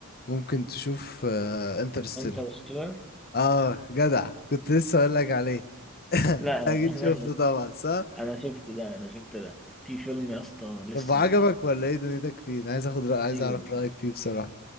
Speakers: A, on the left; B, in the centre.
A: ممكن تشوف انترستيلر
B: انترستيلر
A: اه Interstellar. آه، جدع كنت لسه اقول لك عليه <laughs>
B: لا
A: انت
B: <laughs>
A: اكيد
B: انا
A: شفته طبعا صح
B: انا شفت ده انا شفت ده في فيلم يا اسطى لسه
A: طب عجبك ولا ايه دنيتك فيه انا عايز اخد رأي عايز
B: ايوه
A: اعرف رأيك فيه بصراحة